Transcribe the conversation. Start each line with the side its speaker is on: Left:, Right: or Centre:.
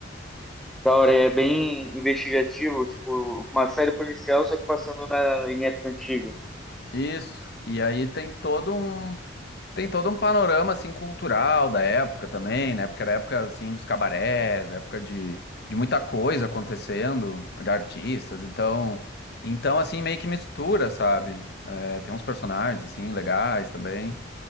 Centre: Da hora, é bem investigativo, tipo, uma série policial, só que passando na, em época antiga.
Left: Isso, e aí tem todo um tem todo um panorama assim cultural da época também, né? Porque era época assim dos cabarés, época de, de muita coisa acontecendo, de artistas, então então assim meio que mistura, sabe? É, tem uns personagens assim legais também.